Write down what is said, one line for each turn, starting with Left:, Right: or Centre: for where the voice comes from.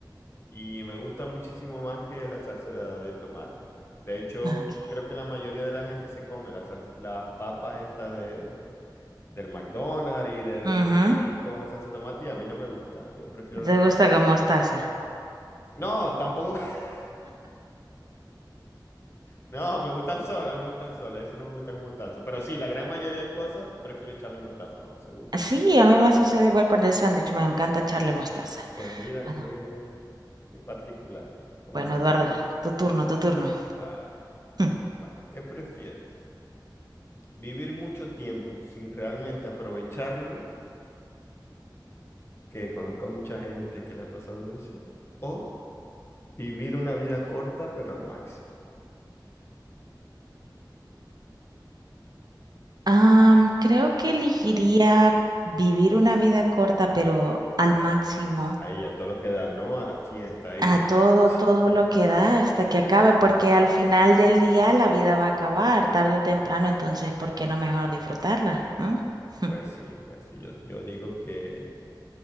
Left: Y me gusta muchísimo más que la salsa de tomate. De hecho,
Right: Ah, ok.
Left: creo que la mayoría de la gente se come las, sal- las papas estas de, del McDonald's y del
Right: Ujú.
Left: Burger King con salsa de tomate y a mí no me gusta. Yo prefiero las
Right: ¿Te
Left: papas
Right: gusta con mostaza?
Left: así. No, tampoco. <laughs> No, me gustan solas, me gustan solas. Eso no me gusta con mostaza. Pero sí, la gran mayoría de cosas prefiero echarle mostaza, vamos, seguro.
Right: Sí, a mí me sucede igual con el sándwich. Me encanta echarle mostaza.
Left: Pues mira,
Right: Bueno,
Left: qué, qué particulares, como
Right: bueno,
Left: los
Right: Eduardo,
Left: dos. ¿no?
Right: tu turno, tu turno.
Left: Vale,
Right: Mm.
Left: vale. ¿Qué prefieres? ¿Vivir mucho tiempo sin realmente aprovecharlo? Que conozca mucha gente que le ha pasado eso. ¿O vivir una vida corta, pero al máximo?
Right: Am, creo que elegiría vivir una vida corta, pero al máximo,
Left: Ahí, a todo lo que da, ¿no? A la fiesta, ahí,
Right: a
Left: a
Right: todo,
Left: la...
Right: todo
Left: <laughs>
Right: lo que da hasta que acabe, porque al final del día la vida va a acabar, tarde o temprano, entonces, ¿por qué no mejor disfrutarla? ¿Mm? <laughs>
Left: Pues sí, pues sí. Yo, yo digo que...